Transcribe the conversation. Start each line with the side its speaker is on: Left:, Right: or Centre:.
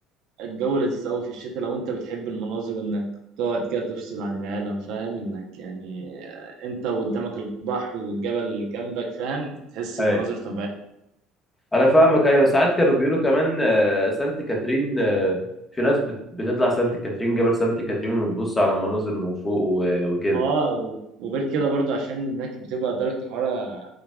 Right: الجو لذيذ قوي في الشتاء لو انت بتحب المناظر وانك تقعد كده تفصل عن العالم فاهم انك يعني آه، انت وقدامك البحر والجبل جنبك فاهم تحس
Left: ايوه
Right: بمناظر طبيعية
Left: انا فاهمك ايوه ساعات كانوا بيقولوا كمان آه، سانت كاترين آه، في ناس بت- بتطلع سانت كاترين جبل سانت كاترين وتبص على المناظر من فوق و- وكده
Right: اه وغير كده برضو عشان هناك بتبقى درجة الحرارة